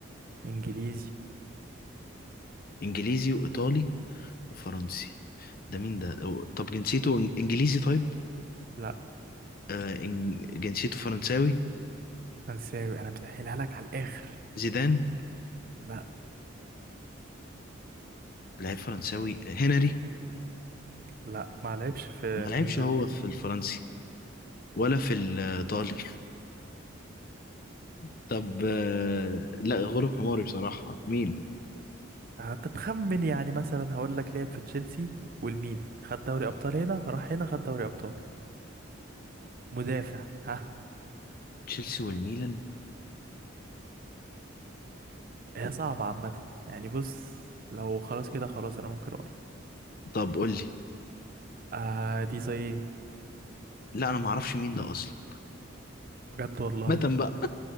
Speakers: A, on the right (about 45°); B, on the left (about 45°).
A: انجليزي
B: انجليزي وايطالي وفرنسي ده مين ده أو- طب جنسيته إن- انجليزي طيب
A: لا
B: آه، إن- جنسيته فرنساوي
A: فرنساوي انا مسهلها لك على الاخر
B: زيدان
A: لا
B: لعيب فرنساوي هنري
A: لا ما لعبش في الميلان
B: ما لعبش هو
A: هنري
B: في الفرنسي ولا في الإيطالي <laughs> طب آه، لا غلب حماري بصراحة مين
A: آه، طب خمن يعني مثلا هقول لك لعب في تشيلسي والميلان خد دوري ابطال هنا راح هنا خد دوري ابطال مدافع ها
B: تشيلسي والميلان
A: هي صعبة عامة يعني بص لو خلاص كده خلاص انا ممكن اقول
B: طب قول لي
A: آه دي زي ايه
B: لا انا ما اعرفش مين ده اصلا
A: بجد والله
B: عامة بقى